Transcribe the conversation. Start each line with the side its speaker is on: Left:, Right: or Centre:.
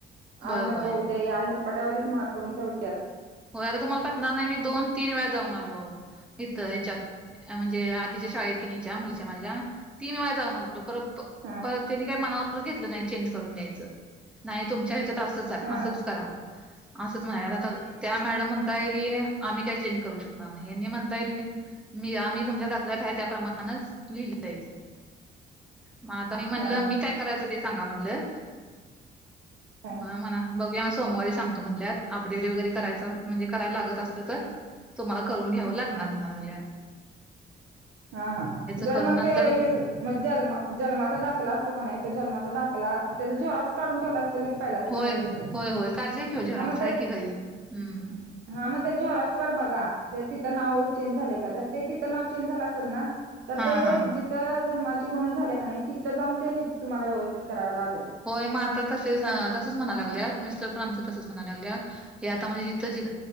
Centre: होय
Right: आज
Centre: होय
Right: नको उद्या या हेलपाटावरारीच महाग करून ठेवतत‌
Centre: हो आर तुम्हाला पटणार नाही मी दो तीन वेळा जाऊन आलो. इथं हच्यात म्हणजे आधीच्या शाळेत. नीच्या मुलीच्या माझ्या तीन वेळा जाऊन आलो परत.
Right: हा.
Centre: परत त्यांनी काही मनावरच घेतलं नाही चेंज करून द्यायचं नाही तुमच्या ह्याच्यात असंच आहे
Right: हा
Centre: असंच करा. असंच आ त्या मॅडम म्हणताय की आम्ही काय चेंज करू शकणार नाही हे म्हण. ् आम्ही तुमच्या दाखल्यात आहे. माण लिहि म आता म म्हणलं
Right: हा
Centre: मी. काय करायचं ते सांगा म्हणलं
Right: हा
Centre: म म्हणा. बघ म आ समवारी सांगतो म्हधल्या अडेट वगर करायच. म्हणजे करायला लागत असलं तर तुम्हाला करून घ्यावं लागणार म्हणागल्या.
Right: हा हा जर
Centre: करून
Right: म.
Centre: नंतर
Right: मग ज् जन्माचा दाखला असतो का नाही तर जनमाचा दाखला त्याचा जेरॉक्स. काढून ठेवला तला की पहिलाच
Centre: होय
Right: घरात तुम्ही
Centre: होय होय काढले की ओ झेरॉक्स
Right: ह मग त्या.
Centre: आहे की घरी हम्म.
Right: हा मग ते जॉरॉक्स वर बघा ते तिथं नाव चेंज झालंय का जर ते तिथं नाव चेंज झालं असेल ना. तर
Centre: हा
Right: ते
Centre: हा
Right: जिथं जन्माची नोंद झाल्या का नाही तिथं जाऊन ते तुम्हाला व्यवस्थित करावं लागल.
Centre: होय मग आता तसेच तसच म्हणा लागल्यात मिस्टर पण आमच तसच म्हणाय लागल्यात. हे आता म्हणजे जिथं ज